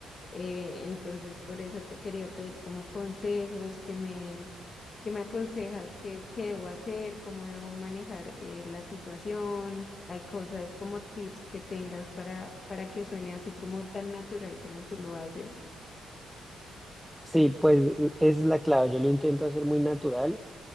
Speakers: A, on the left; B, in the centre.
A: Eh, entonces por eso te quería pedir como consejos que me, que me aconsejas qué qué debo hacer, cómo debo manejar eh, la situación. Hay cosas como tips que tengas para, para que suene así como tan natural como tú lo haces.
B: Sí, pues l- esa es la clave. Yo lo intento hacer muy natural,